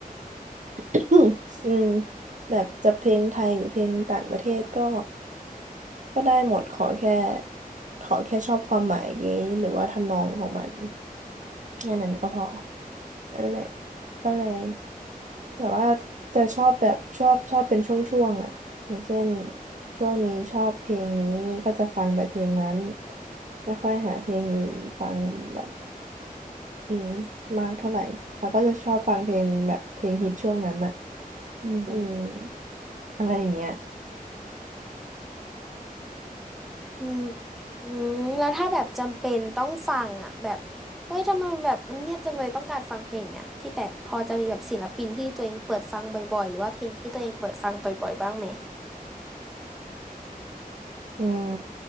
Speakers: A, on the right (about 55°); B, in the centre.
A: อืมอืมแบบจะเพลงไทยหรือเพลงต่างประเทศก็ก็ได้หมดขอแค่ขอแค่ชอบความหมายนี้หรือว่าทำนองของมันแค่นั้นก็พอนั่นแหละก็เลยแต่ว่าจะชอบแบบชอบชอบเป็นช่วงๆอ่ะอย่างเช่นช่วงนี้ชอบเพลงนี้ก็จะฟังแต่เพลงนั้นไม่ค่อยหาเพลงอื่นฟังแบบอืมมากเท่าไหร่แล้วก็จะชอบฟังเพลงแบบเพลงฮิตช่วงนั้นอ่ะอืมอืมอะไรอย่างเงี้ย
B: อืมอืมแล้วถ้าแบบจำเป็นต้องฟังอ่ะแบบเฮ้ยทำไมแบบมันเงียบจังเลยต้องการฟังเพลงอ่ะพี่แบบพอจะมีแบบศิลปินที่ตัวเองเปิดฟังบ่อยๆหรือว่าเพลงที่ตัวเองเปิดฟังบ่อยๆบ้างไหม
A: อืม